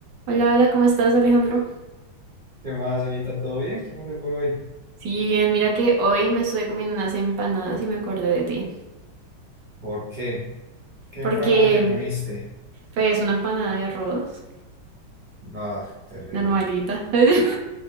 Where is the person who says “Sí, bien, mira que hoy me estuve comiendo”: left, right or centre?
Right